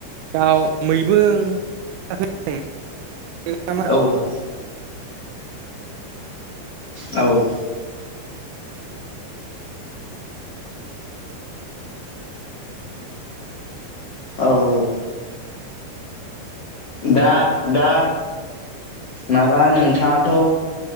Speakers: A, on the right; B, on the left.
A: दाउ मैबो <unintelligible>
B: औ औ औ औ दा दा माबा नोंथाङाथ'